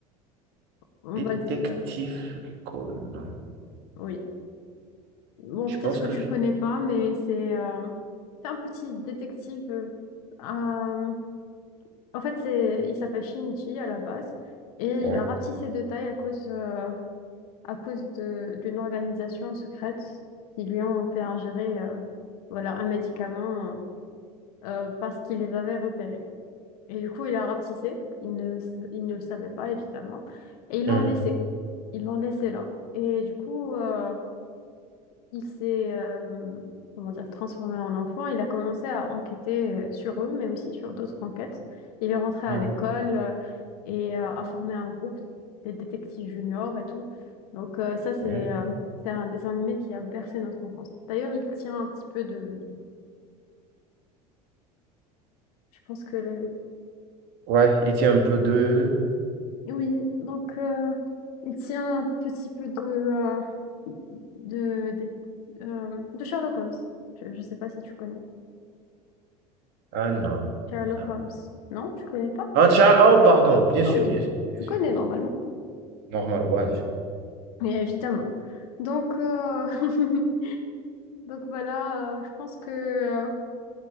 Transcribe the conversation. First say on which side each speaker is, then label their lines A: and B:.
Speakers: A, on the left; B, on the right.
A: On
B: détective
A: va dire.
B: Conan.
A: Oui. Bon,
B: Je
A: peut-être
B: pense
A: que
B: que
A: tu
B: je...
A: connais pas, mais c'est euh, c'est un petit détective. euh, euh, en fait, c'est il s'appelle Shinichi à la base et
B: Ouais.
A: il a rapetissé de taille à cause euh, à cause de d'une organisation secrète qui lui ont fait ingérer euh, voilà un médicament euh, parce qu'il les avait repérés. Et du coup, il a rapetissé. Il ne s- il ne le savait pas évidemment et ils l'ont
B: Hmm.
A: laissé. Ils l'ont laissé là. Et du coup. euh, il s'est euh, comment dire, transformé en enfant. Il a commencé à enquêter euh, sur eux, mais aussi sur d'autres enquêtes. Il est rentré à
B: Ah,
A: l'école euh, et euh, a formé un groupe des détectives juniors et tout. Donc euh, ça, c'est
B: bien.
A: euh, c'est un dessin animé qui a bercé notre enfance. D'ailleurs, il tient un petit peu de... Je pense que le...
B: Ouais, il tient un peu de...
A: Oui, donc euh, il tient un petit peu de, euh, de, des- euh, de Sherlock Holmes. Je ne sais pas si tu connais.
B: Ah non.
A: Sherlock
B: non.
A: Holmes. Non, tu connais pas?
B: Ah tiens, ah, oh pardon, bien
A: Ah
B: sûr,
A: oui,
B: bien sûr, bien
A: tu
B: sûr.
A: connais normalement.
B: Normal, ouais.
A: Mais évidemment. Donc, euh, <laughs> donc voilà, euh, je pense que euh,